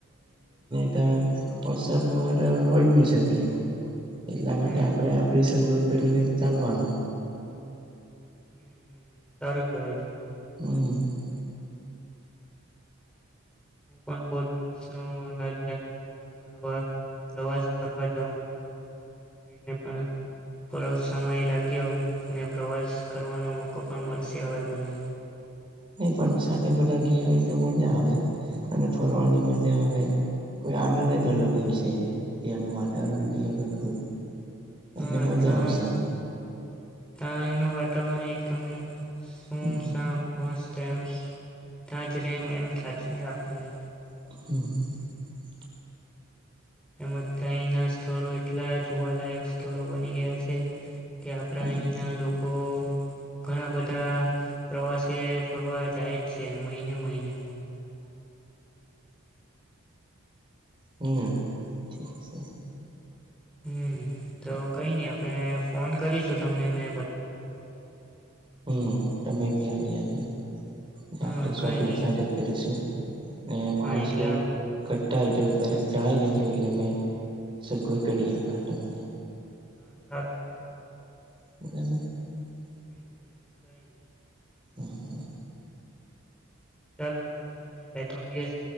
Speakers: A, on the right (about 25°); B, in the centre.
A: એ <unintelligible> હોય બી શકે. એટલા માટે
B: હમ
A: આપણે આપડી સગવડ કરીને ચાલવાનો.
B: હમ હમ સારું કેવાય તો પણ
A: હમ
B: હું પણ બૌ દિવસ ન રાહ જોયા કરતો હતો આવા પ્રવાસ ફરવા <unintelligible> એમ કરીને પણ થોડો સમય લાગ્યો અને પ્રવાસ કરવાનો મો લોકો પણ મળશે આવે મને
A: નહી પણ સાથે બધા ગયા હોય તો મજા આવે અને ફરવાની મજા આવે કોઈ આનંદ જ અલગ હોય છે ત્યાંનું વાતાવરણ બી અલગ હોય.
B: હા
A: એટલે મજા
B: <unintelligible>
A: આવશે
B: વાતાવરણ એકદમ સૂનસાન
A: હમ
B: મસ્ત તો એમ ત્યાં જ રેમ એમ <unintelligible> આપણને
A: <inaudible>
B: તેમજ તહીંના સ્થળો એટલા જોવાલાયક સ્થળો બની ગયા છે. કે આપડા
A: હા
B: અહીંના લોકો તો ઘણા બધા પ્રવાસે ફરવા જાય જ છે મહિને મહિને
A: હમ ઠીક છે.
B: હમ તો કઈ નઈ આપણે ફોન કરીશું તમને મે
A: હમ તમે બી આવી લાગી
B: હા
A: આપણે શોપિંગ
B: કઈ નહી
A: સાથે કરીશું ને માણસો
B: હા એટલે
A: રાક જણાય લેજો એટલે મે સગવો કરી, આપ તમને
B: હા સારું સારું કેવાય
A: <unintelligible>
B: હમ્મ હમ્મ કઈ નઈ
A: હમ્મ હા
B: ચાલુ તો હું તમને બે ત્રણ દિવસ